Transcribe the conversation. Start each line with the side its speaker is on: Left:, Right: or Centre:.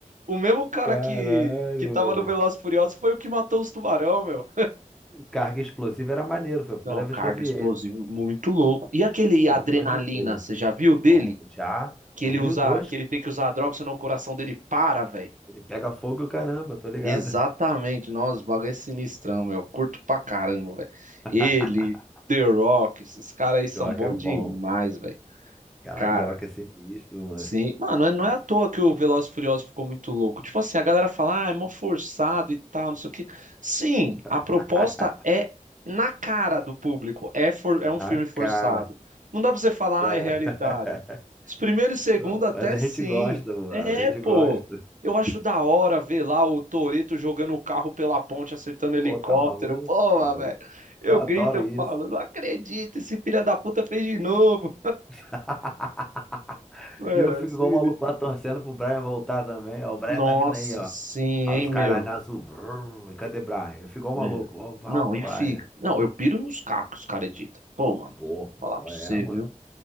Right: O mesmo cara
Centre: Caralho,
Right: que, que tava
Centre: mano.
Right: no Velozes e Furiosos foi o que matou os tubarão, meu.
Centre: O Carga Explosiva era maneiro, foi a primeira
Right: Não,
Centre: vez
Right: carga
Centre: que eu vi
Right: explosivo,
Centre: ele.
Right: muito louco. E aquele
Centre: Um,
Right: adrenalina,
Centre: dois e três.
Right: você já viu dele?
Centre: Bom, já
Right: Que
Centre: o
Right: ele
Centre: um
Right: usa,
Centre: e o dois,
Right: que ele tem que usar a droga, senão o coração dele para, velho.
Centre: ele pega fogo e o caramba, tô ligado.
Right: Exatamente, nossa, o bagulho é sinistrão, meu. Curto pra caramba, velho.
Centre: <laughs>
Right: Ele, The Rock, esses caras aí são
Centre: Doc
Right: bons
Centre: é bom.
Right: demais, velho.
Centre: Caraca,
Right: Cara.
Centre: da Rock é sinistro, mano.
Right: Sim, mano, é, não é à toa que o Velozes e Furiosos ficou muito louco. Tipo assim, a galera fala, ah, é mó forçado e tal, não sei o quê. Sim, a proposta
Centre: <laughs>
Right: é na cara do público. É, for- é
Centre: Na
Right: um filme forçado.
Centre: cara.
Right: Não dá pra você falar,
Centre: Da...
Right: ah, é realidade. Os primeiros
Centre: <laughs>
Right: e segundo até
Centre: Mas a
Right: sim.
Centre: gente gosta, mano.
Right: É,
Centre: A gente
Right: pô.
Centre: gosta.
Right: Eu acho da hora ver lá o Toretto jogando o carro pela ponte, acertando
Centre: Pô,
Right: helicóptero.
Centre: tá maluco?
Right: Porra,
Centre: mano?
Right: velho. Eu
Centre: Eu adoro
Right: grito, eu
Centre: isso.
Right: falo, não acredito, esse filho da puta fez de novo.
Centre: <laughs>
Right: É,
Centre: E eu fico
Right: assim,
Centre: igual o maluco lá torcendo pro Brian voltar também. Ó, o Brian
Right: Nossa,
Centre: tá vindo aí, ó.
Right: sim,
Centre: Olha
Right: hein,
Centre: o Skyline
Right: meu?
Centre: azul. Vrum, E cadê o Brian? Eu fico igual o
Right: Meu.
Centre: maluco. Ó, volta,
Right: Não, e
Centre: Brian.
Right: fica. Não, eu piro nos carros que os caras editam. Pô, mano,
Centre: Pô,
Right: vou falar
Centre: qual
Right: pra você,
Centre: é, mano?
Right: viu?